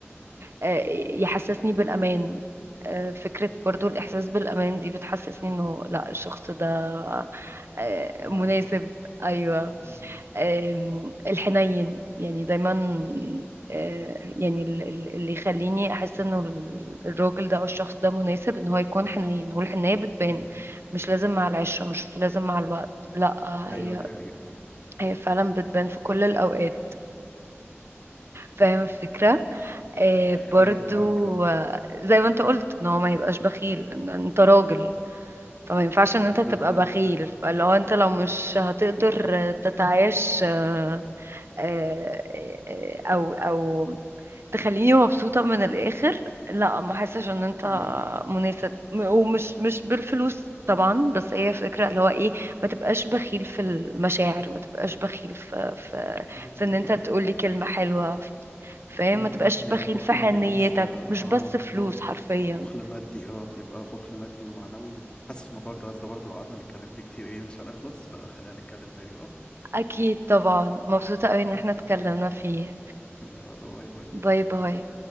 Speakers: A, on the right; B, on the left.
A: آه، يحسسني بالامان آه، فكرة برضو الإحساس بالأمان دي بتحسسني إنه لأ الشخص ده آه،
B: هو
A: مناسب
B: ده
A: أيوة
B: مم.
A: آم، الحنين يعني دايما آه، يعني ال- ال- اللي يخليني احس انه ال- الراجل ده او الشخص ده مناسب ان هو يكون حنين والحنية بتبان
B: مم.
A: مش لازم مع العشرة مش لازم مع الوقت لا
B: ايوه
A: هي
B: دي حقيقة
A: هي فعلا بتبان في كل الاوقات فاهم الفكرة آه،
B: <laughs>
A: برضو
B: ايوه فاهمك طبعا
A: آه، زي ما انت قلت ان هو ما يبقاش بخيل ان انت راجل فما ينفعش ان انت
B: بالظبط
A: تبقى بخيل فلو انت لو مش هتقدر تتعايش آه، آه، آه، آه، او او تخليني مبسوطة من الآخر لا ما حسش ان انت
B: مم.
A: مناسب م- ومش مش بالفلوس طبعا بس هي فكرة اللي هو ايه ما تبقاش بخيل في المشاعر ما تبقاش بخيل في في
B: بالظبط
A: في ان انت تقولي كلمة حلوة فاهم
B: مهم.
A: ما تبقاش
B: يعني
A: بخيل
B: البخل
A: في حنيتك
B: ما بيكونش اه
A: مش بس فلوس
B: بخل
A: حرفيا
B: مادي اه بيبقى بخل مادي ومعنوي وحاسس موضوع الجواز ده برضه لو قعدنا نتكلم فيه كتير ايه مش هنخلص فخلينا نتكلم تاني بقى
A: اكيد طبعا مبسوطة قوي ان احنا
B: مم.
A: اتكلمنا
B: يس
A: فيه
B: يلا باي باي
A: باي باي